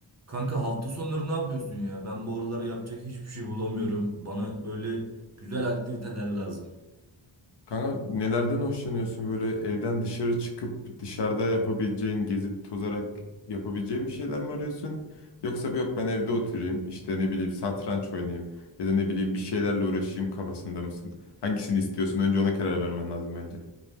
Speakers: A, on the right; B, on the left.
A: Kanka hafta sonları ne yapıyorsun ya? Ben bu aralar yapacak hiçbir şey bulamıyorum. Bana böyle güzel aktiviteler lazım.
B: Kanka nelerden hoşlanıyorsun böyle evden dışarı çıkıp dışarıda yapabileceğin, gezip tozarak yapabileceğin bir şeyler mi arıyorsun? Yoksa yok ben evde oturayım işte ne bileyim satranç oynayayım ya da ne bileyim bir şeylerle uğraşayım kafasında mısın? Hangisini istiyorsun? Önce ona karar vermen lazım bence.